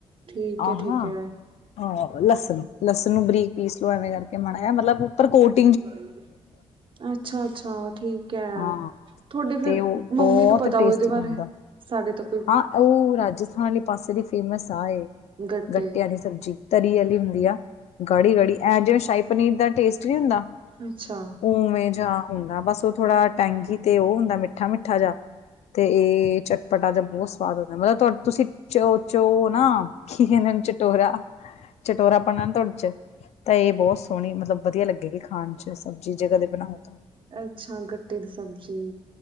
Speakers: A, on the right; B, on the left.
A: ਠੀਕ ਹੈ
B: ਆਹਾ।
A: ਠੀਕ ਹੈ
B: ਆ, ਲੱਸਣ- ਲੱਸਣ ਨੂੰ ਬਰੀਕ ਪੀਸ ਲੋ ਐਵੇਂ ਕਰਕੇ ਮਾੜਾ ਯਾ, ਮਤਲਬ ਉੱਪਰ ਕੋਟ
A: ਕੀ ਗੱਲ! ਅਛਾ -ਅਛਾ, ਠੀਕ ਐ।
B: ਹਾਂ
A: ਤੁਹਾਡੇ ਫਿਰ,
B: ਤੇ ਉਹ
A: ਮੰਮੀ
B: ਬਹੁਤ
A: ਨੂੰ ਪਤਾ
B: ਟੇਸਟੀ
A: ਹੋ ਓਦੇ ਬਾਰੇ
B: ਬਣਦਾ।
A: ਸਾਡੇ ਤੋ
B: ਹਾਂ, ਔ ਰਾਜਸਥਾਨ ਲੇ ਪਾਸੇ ਦੀ ਫੇਮਸ ਆ ਏ
A: ਗੱਟੇ
B: ਗੱਟਿਆਂ ਦੀ ਸਬਜੀ। ਤਰੀ ਆਲੀ ਹੁੰਦੀ ਆ, ਗਾੜੀ- ਗਾੜੀ। ਐਂ ਜਿਵੇਂ, ਸ਼ਾਈ ਪਨੀਰ ਦਾ ਟੇਸਟ ਨੀ ਹੁੰਦਾ।
A: ਅੱਛਾ।
B: ਉਵੇਂ ਜਾ ਹੁੰਦਾ ਬਸ, ਓ ਥੋੜਾ ਟੈਂਗੀ ਤੇ ਓ ਹੁੰਦਾ ਮਿੱਠਾ- ਮਿੱਠਾ ਜਿਆ। 'ਤੇ ਏ ਚਟਪਟਾ ਜਬ ਬੌਤ ਸਵਾਦ ਹੁੰਦੈ, ਮਤਲਬ ਤੋਡ ਤੁਸੀ, ਚ -ਚੋ ਨਾ ਕੀ ਕੈਂਦੇ, ਚਟੋਰਾ। ਚਟੋਰਾਪਨ ਅੰ ਤੁਆਡ 'ਚ। ਤਾਂ ਏ ਬੌਤ ਸੋਣੀ ਮਤਲਬ ਵਦੀਆ ਲੱਗੇਗੀ ਖਾਣ 'ਚ ਸਬਜੀ ਜੇ ਕਦੇ ਬਣਾਓ ਤਾਂ।
A: ਅੱਸ਼ਾਂ, ਗੱਟੇ ਦੀ ਸਬਜੀ।